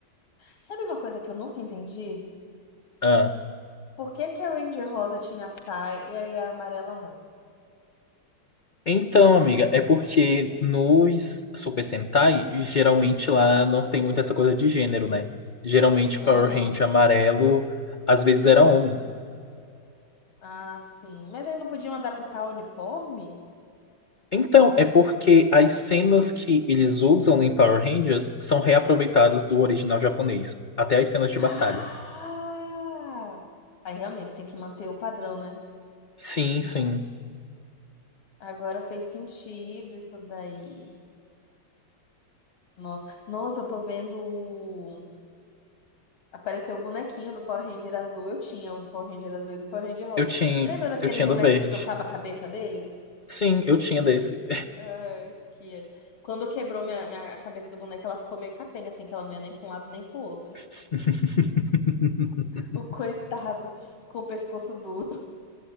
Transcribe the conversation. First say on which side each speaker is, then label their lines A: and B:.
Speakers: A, on the left; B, on the left.
A: Sabe uma coisa que eu nunca entendi?
B: Ah,
A: Por que que a Ranger Rosa tinha a saia e aí a amarela não?
B: Então, amiga, é porque nos Super Sentai, geralmente lá não tem muito essa coisa de gênero, né? Geralmente
A: Aham.
B: Power Ranger amarelo às vezes era homem.
A: Ah, sim. Mas aí não podiam adaptar o uniforme?
B: Então, é porque as cenas que eles usam em Power Rangers são reaproveitadas do original japonês, até as cenas de
A: Ah!
B: batalha.
A: Aí realmente tem que manter o padrão, né?
B: Sim, sim.
A: Agora fez sentido isso daí. Nossa, nossa, eu tô vendo. o- Apareceu o bonequinho do Power Ranger azul. Eu tinha o do Power Ranger azul e do Power Ranger rosa.
B: Eu tinha,
A: Lembra daquele
B: eu tinha
A: boneco
B: do verde.
A: que trocava a cabeça deles?
B: Sim, eu tinha desse.
A: Ai, que... Quando quebrou minha, minha, a cabeça do boneco, ela ficou meio capenga, assim, que ela não ia nem pra um lado nem pro outro.
B: <laughs>
A: O coitado com o pescoço duro.